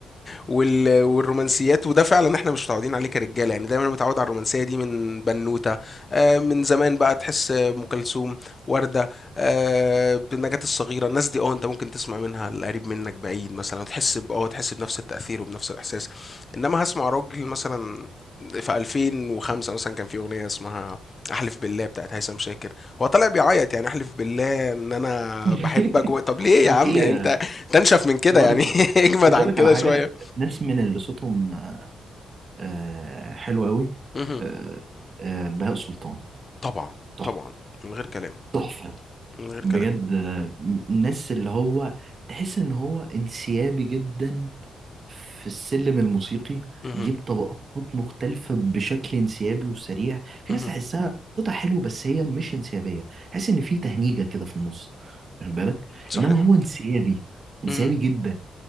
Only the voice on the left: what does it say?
وال... والرومانسيات وده فعلا احنا مش متعودين عليه كرجاله يعني دايما متعود على الرومانسيه دي من بنوته آه من زمان بقى تحس ام كلثوم ورده آه نجاة الصغيره الناس دي اه انت ممكن تسمع منها القريب منك بعيد مثلا تحس ب... اه تحس بنفس التاثير وبنفس الاحساس انما هسمع راجل مثلا في 2005 مثلا كان في اغنيه اسمها احلف بالله بتاعت هيثم شاكر هو طلع بيعيط يعني احلف بالله ان انا
بحبك و... طب ليه
يا عم
يعني انت تنشف من كده
يعني <laughs> اجمد
عن
كده
شويه
مهم.
طبعا
طبعا من غير كلام
من غير
كلام
مهم.
مهم.
صحيح
مهم.